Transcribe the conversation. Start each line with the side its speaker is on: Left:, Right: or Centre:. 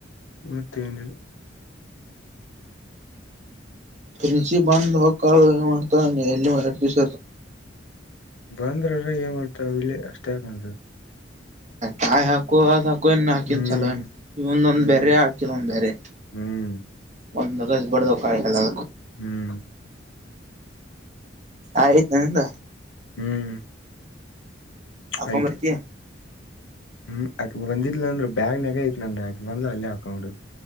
Left: ಮೂವತ್ತ ಏನ
Right: ಓ ಚಿ ಬಧ ಕಾ ಮಾಡತ ಹೆಲ್ಲಿ ಮರ ವಿಸ
Left: ಬಂದ್ರ್ರ ಏ ಮಾಡ್ತಾವ ಇಲ್ಲಿ ಅಷ್ಟೇ ಬಂದ್ದು
Right: ತಾಯಿ ಹಾಕು ಅ ಹಾಕು ಹಾಕು ಇನ್ ಹಾಕನ್
Left: ಹ್ಮ್
Right: ಸಲ ಇಂದೊಂದ್
Left: ಹ್ಮ್
Right: ಬೇರೆ ಹಾಕಿದ ಒಂದ್ ಬೇರೆ
Left: ಹ್ಮ್
Right: ಒಂದ್ಗಜ ಬಡ್ದ ಕಾಯಿಲ್ಲ
Left: ಹ್ಮ್
Right: ಆಯ್ತು ನಂದ
Left: ಹ್ಮ್
Right: ಆಕಂಬರ್ತ
Left: ಆಯ್ತು ಹ್ಮ್ ಅಗ ಬಂದಿದ್ಲ ಅಂದ್ರ ಬ್ಯಾಗ್ ನಾಗ ಐತ್ ನನ್್ರ ಅಗ ಬಂದ್ ಅಲ್ಲೇ ಹಾಕೊಂಡಿಡುದು